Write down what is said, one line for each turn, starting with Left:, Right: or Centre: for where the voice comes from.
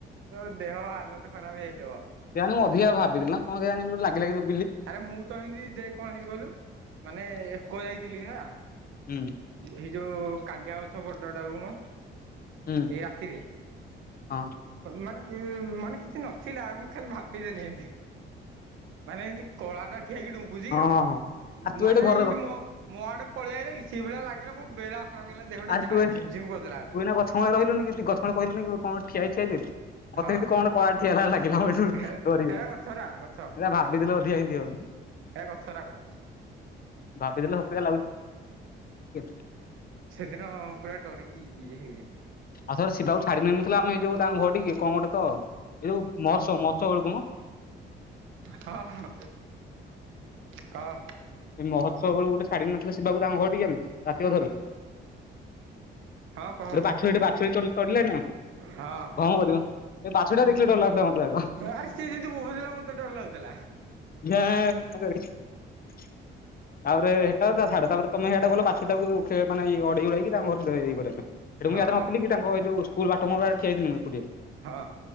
Right: ତୋ ଦେହ ହାଲତ ଖରାପ ହେଇଯାଇଥିବ।
Left: କେଜାଣି ମୁଁ ଅଧିକା ଭାବିଦେଲି ନା କଣ କେଜାଣି ଏମିତି ଗୋଟେ ଲାଗିଲା କି
Right: ଆରେ ମୁଁ ତ ଏମତି ଦେ କଣ ହେଇଛି କହିଲୁ ମାନେ ଏକ ଯାଇଥିଲି ହେଲା।
Left: ହୁଁ
Right: ଏଇ ଯୋଉ କାନ୍ଦିଆ ଗଛ ବଡଟାକୁ ମ
Left: ହୁଁ।
Right: ଏଇ ରାତିରେ
Left: ହଁ
Right: ମାନେ ମାନେ କିଛି ନଥିଲା ମୁଁ ଖାଲି ଭାବ ଭାବି ଦେଲି ଏମିତି ମାନେ ଏମିତି କଳାଟା ଠିଆ ହେଇକି ଡୁଙ୍କୁୁଚି କି
Left: ହଁ ହଁ
Right: ଆଉ
Left: ହଁ। ଆଉ ତୁ
Right: ମାନେ
Left: ଏଇଠି ଘରେ
Right: ଏଇନେ ମୋ ମୋ ଆଡେ ପଳେଇ ଆଇଲା କି ସେଇ ଭଳି ଲାଗିଲା ମୋ ବେଳା ଖରାପ ହେଲା ଦେହଟାଝାଇଁ
Left: ଆରେ ତୁ
Right: ଝିମ୍ ଝିମ୍ କରିଦେଲା
Left: ତୁ
Right: ଏକାଥରେ।
Left: ଏଇନା ଗଛମୂଳେ ରହିଲୁନି କି, ଗଛମୂଳେ କହିଲୁନି କଣ ଠିଆ ହେଇଚି ଠିଆ ହେଇଚି ବେଲି।
Right: ହଁ
Left: ମତେ ଏନ୍ତି କଣ ଗୋଟେ କଳାର ଠିଆ ହେଲା ଭଳିଆ ଲାଗିଲା, ଏଠୁ
Right: ହେ
Left: <unintelligible>
Right: ହେରା ଗଛରା ଗଛ।
Left: ଏଇଟା ଭାବିଦେଲେ ଅଧିକା <unintelligible>
Right: ଏ ଗଛରାକ।
Left: ଭାବିଦେଲେ ସତେ <unintelligible>
Right: ସେଦିନ ପୁରା ଡରିକି ଇଏ ହେଇଗଲି।
Left: ଆଉଥରେ ଶିବାକୁ ଛାଡି ନେଇନଥିଲେ ଆମେ ଏଇ ଯୋଉ ତାଙ୍କ ଘରଟିକି କଣ ଗୋଟେ ତ ଏଇ ଯୋଉ ମହୋତ୍ସବ-ମହୋତ୍ସବ ବେଳୁକୁ ମ।
Right: ହଁ ହ କହ।
Left: ଏ ମହୋତ୍ସବ ବେଳୁକୁ ଗୋଟେ ଛାଡି ନଥିଲେ ଶିବାକୁ ତାଙ୍କ ଘରଟିକି ଆମେ ରାତି ଅଧରେ।
Right: ହଁ କହ।
Left: ଗୋଟେ ବାଛୁରୀ <unintelligible>
Right: ହଁ।
Left: ଭଁ କରିବ। ଏ ବାଛୁରୀଟା ଦେଖିଲେ ଡର ଲାଗୁଥିଲା ମତେ ଆଗ।
Right: ଆରେ ସିଏ ଯେମିତି ବୋବଉ ଥିଲା ମତେ ଡର ଲାଗୁଥିଲା।
Left: <unintelligible> ତାପରେ ସେଟା ତ ଛଡ, ତାପରେ ତମେ ସେଇଟା ଗଲ ବାଛୁରୀଟାକୁ ମାନେ ଅଡେଇ ଉଡେଇକି ତାଙ୍କ ଘର ଇଏ କରିବା ପାଇଁ। ସେଠ
Right: ହଁ
Left: ମୁଁ ଇଆଡେ ନଥିଲି କି ତାଙ୍କ ଏଯୋଉ ସ୍କୁଲ୍ ବାଟ ମୁହଁ ପାଖେରେ ଠିଆହେଇଥିଲି ମୁଁ ଏକୁଟିଆ।
Right: ହଁ।